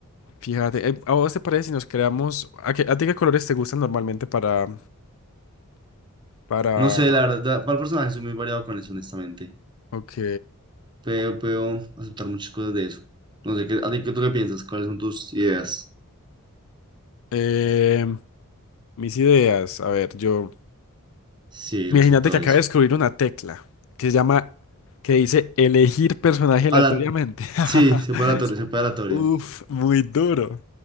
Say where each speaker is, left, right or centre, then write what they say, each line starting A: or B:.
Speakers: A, on the left; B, on the right.
A: Fíjate, eh, ¿a vos te parece si nos creamos? ¿A, qué- a ti qué colores te gustan normalmente para, para
B: No sé, la verdad, para el personaje soy muy variado con eso, honestamente.
A: Ok.
B: Puedo, puedo aceptar muchas cosas de eso. No sé, ¿qué, a ti qué- tú qué piensas? ¿Cuáles son tus ideas?
A: Em, mis ideas. A ver, yo.
B: Sí,
A: Imagínate
B: respecto
A: que
B: a
A: acabo
B: eso.
A: de descubrir una tecla que se llama, que dice elegir personaje aleatoriamente.
B: A la,
A: <laughs>
B: sí, se puede aleatorio, se separatorio,
A: Uf,
B: separatorio.
A: muy duro.